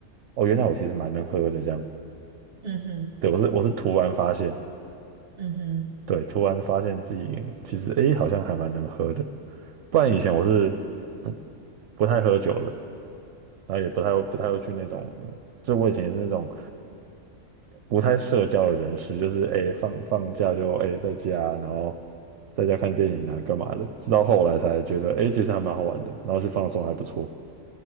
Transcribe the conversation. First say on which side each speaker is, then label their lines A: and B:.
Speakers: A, on the right; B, on the right.
A: 哦，原来我其实蛮能喝的这样。
B: 嗯哼
A: 对，我是我是突然发现，
B: 嗯哼，
A: 对，突然发现自己其实哎好像还蛮能喝的，不然以前我是不不太喝酒的。然后也不太会不太会去那种，就我以前也是那种不太社交的人士，就是哎、诶放放假就哎、诶在家，然后在家看电影啊干嘛的，直到后来才觉得哎、诶其实还蛮好玩的，然后去放松还不错。